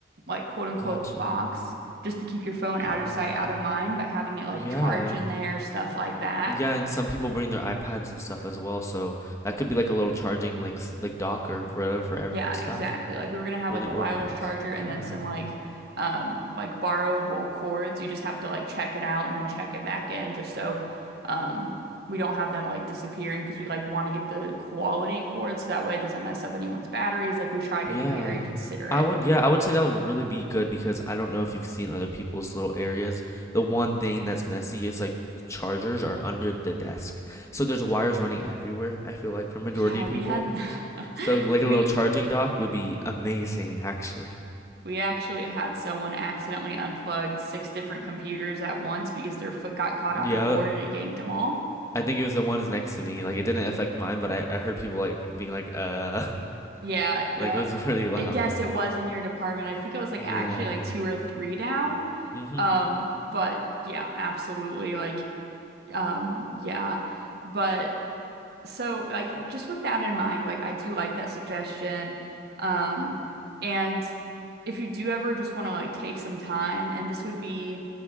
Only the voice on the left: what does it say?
gotcha.
Got
it.
Yeah.
Yeah, and some people bring their iPads and stuff as well, so that could be like a little charging like s- like Docker for for everyone's
stuff.
Really
organized.
Yeah.
Yeah.
I would yeah, I would say that would really be good because I don't know if you've seen other people's little areas. The one thing that's messy is like the chargers are under the desk. So there's wires running everywhere, I feel like for majority
of
people.
So like
a little charging dock would be amazing actually. <laughs>
Yep.
I think it was the ones next to me. Like it didn't affect mine, but I, I heard people like being like uh
<laughs>
like it was <laughs> pretty loud.
Yeah.
Mm-hmm.
Mm-hmm.